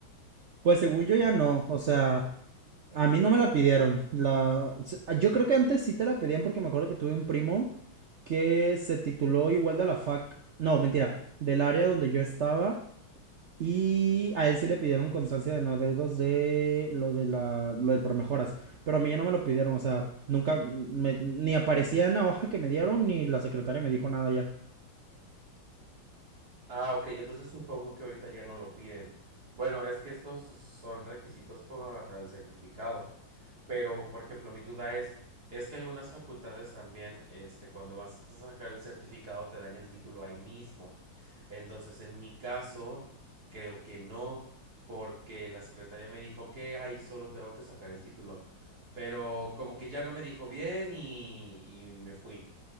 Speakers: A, on the right; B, on the right.
A: Pues según yo ya no, o sea, a mí no me la pidieron. La, o sea, yo creo que antes sí te la pedían porque me acuerdo que tuve un primo que se tituló igual de la fac, no, mentira, del área donde yo estaba y a él sí le pidieron constancia de no adeudos de lo de la lo del promejoras, pero a mí ya no me lo pidieron, o sea, nunca me- ni aparecía en la hoja que me dieron ni la secretaria me dijo nada ya.
B: Ah, ok, entonces supongo que ahorita ya no lo piden. Bueno, es que estos son requisitos para el certificado. Pero, por ejemplo, mi duda es, es que algunas facultades también, este, cuando vas a sacar el certificado te dan el título ahí mismo. Entonces, en mi caso, creo que no, porque la secretaria me dijo que ahí solo tengo que sacar el título. Pero como que ya no me dijo bien y, y me fui.